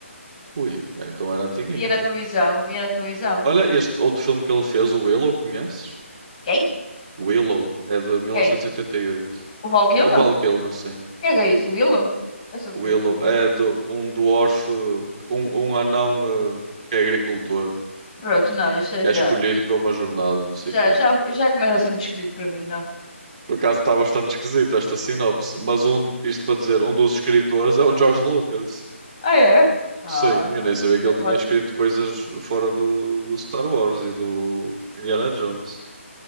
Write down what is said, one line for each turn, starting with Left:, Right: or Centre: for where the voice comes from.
Right: Ui, é, então era antiguinha.
Left: Via na televisão, via na televisão.
Right: Olha, este outro filme que ele fez, o Willow, conheces?
Left: Quem?
Right: Willow, é de mil
Left: Quem?
Right: novecentos e e oitenta e oito
Left: O Valkyrie?
Right: O Val Kilmer, sim.
Left: Quem é que é isso? O Willow? É sobre
Right: Willow
Left: o quê? O quê?
Right: é de um dwarf, um, um anão eh, que é agricultor.
Left: Pronto, não, isso é
Right: É
Left: já.
Right: escolhido para uma jornada, não sei
Left: Já,
Right: o quê.
Left: já, já começa a ser muito esquisito para mim, não?
Right: Por acaso está bastante esquisito esta sinopse, mas um, isto para dizer, um dos escritores é o George Lucas.
Left: Ah, é? Ah,
Right: Sim,
Left: então
Right: eu nem sabia que
Left: já
Right: ele
Left: pode,
Right: tinha escrito coisas fora do, do Star Wars e do Indiana Jones.